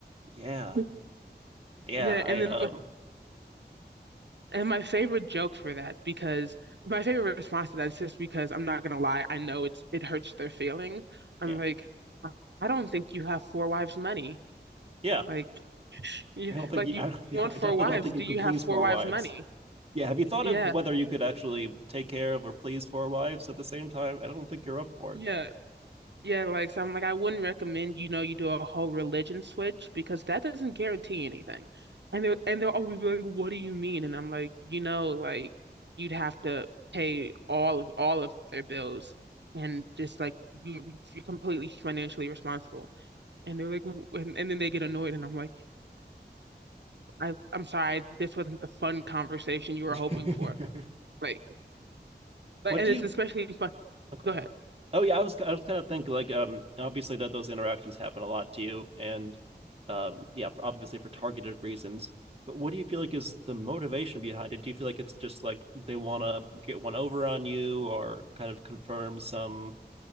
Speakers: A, on the right (about 35°); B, on the right (about 85°).
A: yeah
B: <laughs>
A: yeah
B: Yeah,
A: i
B: and then
A: um
B: And my favorite joke for that, because my favorite response to that is just because I'm not gonna lie, I know it's it hurts their feelings. I'm
A: yeah
B: like, I I don't think you have four wives' money.
A: yeah
B: Like, you
A: i don't think
B: like
A: you,
B: you
A: I, <laughs> yeah,
B: want
A: I
B: four
A: definitely
B: wives.
A: don't think you
B: Do
A: could
B: you
A: please
B: have four
A: four
B: wives'
A: wives
B: money?
A: yeah have you thought
B: Yeah,
A: of whether you could actually take care of or please four wives at the same time i don't think you're up for
B: yeah.
A: it
B: Yeah, like so I'm like I wouldn't recommend, you know, you do a whole religion switch because that doesn't guarantee anything. And they and they'll always be like, "What do you mean?" And I'm like, you know, like you'd have to pay all of all of their bills and just like you- you're completely financially responsible. And they're like, "W- and, and then they get annoyed, and I'm like, I I'm sorry, this wasn't the fun conversation you were
A: <laughs>
B: hoping for. Like, but
A: What
B: and
A: do
B: it's
A: you?
B: especially fun.
A: Oh, go
B: Go
A: ahead.
B: ahead.
A: Oh yeah, I was I was kind of thinking like um obviously that those interactions happen a lot to you and um yeah for, obviously for targeted reasons. But what do you feel like is the motivation behind it? Do you feel like it's just like they want to get one over on you or kind of confirm some